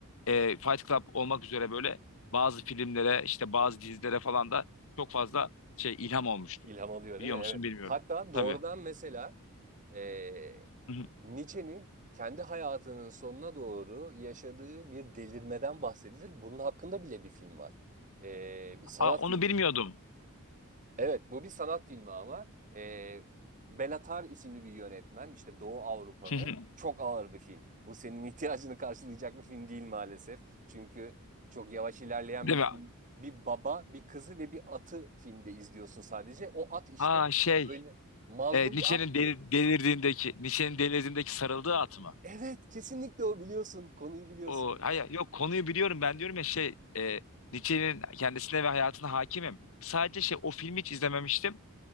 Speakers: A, on the left; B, on the right.
A: e, Fight Club olmak üzere böyle bazı filmlere işte bazı dizilere falan da çok fazla şey ilham olmuştur.
B: İlham alıyor
A: Biliyor
B: değil mi? Evet.
A: musun bilmiyorum.
B: Hatta doğrudan
A: Tabii.
B: mesela e,
A: Hı hı.
B: Nietzsche'nin kendi hayatının sonuna doğru yaşadığı bir delirmeden bahsedilir. Bunun hakkında bile bir film var. E, bir sanat
A: Aa onu
B: filmi
A: bilmiyordum.
B: Evet, bu bir sanat filmi ama e, Belatar isimli bir yönetmen, işte Doğu Avrupalı,
A: <laughs>
B: çok ağır bir film. Bu senin <laughs> ihtiyacını karşılayacak bir film değil maalesef. Çünkü çok yavaş ilerleyen
A: Değil
B: bir film.
A: mi?
B: Bir baba, bir kızı ve bir atı filmde izliyorsun sadece. O at işte
A: Aa şey
B: öyle mazlum
A: E, Nietzsche'nin
B: bir at ki.
A: deli- delirdiğindeki, Nietzsche'nin delirdiğindeki sarıldığı at mı?
B: Evet, kesinlikle o biliyorsun, konuyu biliyorsun.
A: O, hayır, yok konuyu biliyorum ben diyorum ya şey e, Nietzsche'nin kendisine ve hayatına hakimim. Sadece şey o filmi hiç izlememiştim.